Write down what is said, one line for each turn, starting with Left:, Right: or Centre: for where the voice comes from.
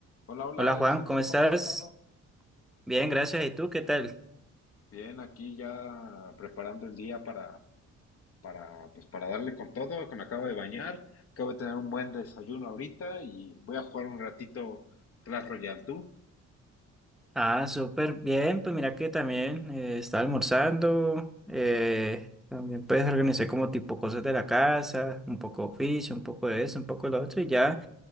Left: Hola, hola
Centre: Hola
Left: Alexander,
Centre: Juan, ¿cómo estás?
Left: ¿cómo has estado?
Centre: Bien, gracias. ¿Y tú qué tal?
Left: Bien, aquí ya preparando el día para, para, pues para darle con todo, que me acabo de bañar, acabo de tener un buen desayuno ahorita y voy a jugar un ratito Clash Royale, ¿tú?
Centre: Ah, súper bien. Pues mira que también eh, estaba almorzando. eh, también pues organizé como tipo cosas de la casa, un poco oficio, un poco de eso, un poco de lo otro y ya.